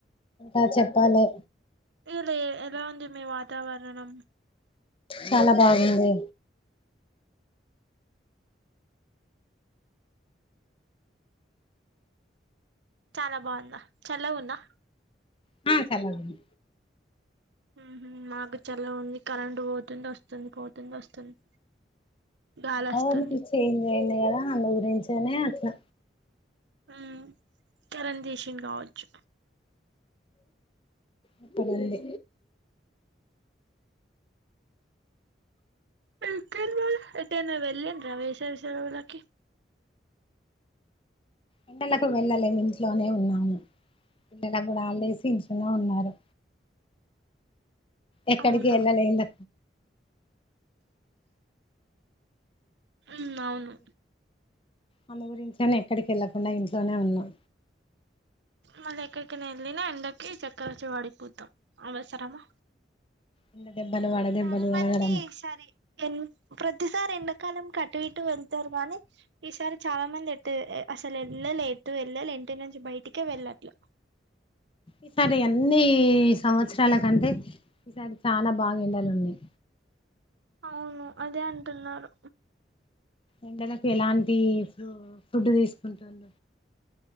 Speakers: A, on the left; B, on the right.
A: ఆ చెప్పాలి
B: ఇలా ఎలా ఉంది మీ వాతావరణం
A: చాలా బాగుంది
B: చాలా బాగుందా చల్లగుందా
A: మ్మ్ చల్లగుంది
B: మ్మ్ హ్మ్ మాకు చల్లగుంది కరెంటు పోతుంది వస్తుంది పోతుంది వస్తుంది గాలి వస్తుంది
A: అవరణం చేంజ్ అయింది కదా అందు గురించనే అట్లా
B: మ్మ్ కరెంట్ తీసిండు కావచ్చు
A: ఇదుంది
B: <unintelligible> ఎటైనా వెళ్ళన్రా వేసవి సెలవులకు
A: ఎండలకు వెళ్ళలేము ఇంట్లోనే ఉన్నాము పిల్లల కూడా హాలిడేసే ఇంట్లోనేఉన్నారు ఎక్కడికి
B: అవునా
A: వెళ్ళాలేను
B: మ్మ్ అవును
A: అందు గురించనే ఎక్కడికి వెళ్ళకుండా ఇంట్లోనే ఉన్నాం
B: మళ్ళీ ఎక్కడికైనా వెళ్ళినా ఎండకి చక్కరొచ్చి పడిపోతాం అవసరమా
A: ఎండ దెబ్బలు వడ దెబ్బలు
B: చాలా మంది
A: తలగడం
B: ఈసారీ ఎన్ ప్రతిసారి ఎండాకాలం కటు ఇటు వెళ్తారు గానీ ఈసారి చాలా మంది ఎట్ట అసలు ఎల్ ఎండలు ఎటు ఎళ్ళలె ఇంటి నుంచి బయటికే వెళ్ళట్లా
A: ఈసారి అన్ని సంవత్సరాల కంటే ఈసారి చాలా బాగా ఎండలున్నాయి
B: అవును అదే అంటున్నారు
A: ఎండలకి ఎలాంటి ఫు ఫుడ్ తీసుకుంటున్న